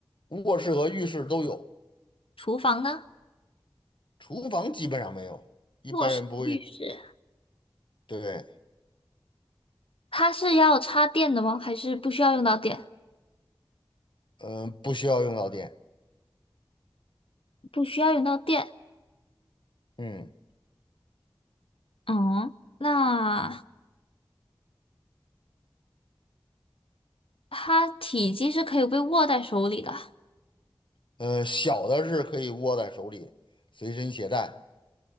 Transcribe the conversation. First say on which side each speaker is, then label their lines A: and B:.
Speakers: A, on the left; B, on the left.
A: 卧室和浴室都有，
B: 厨房呢？
A: 厨房基本上没有，一般人不会，
B: 卧室、浴室，
A: 对，
B: 它是要插电的吗？还是不需要用到电？
A: 嗯、不需要用到电，
B: 不需要用到电。
A: 嗯，
B: 嗯，那它体积是可以被握在手里的，
A: 呃，小的是可以握在手里，随身携带，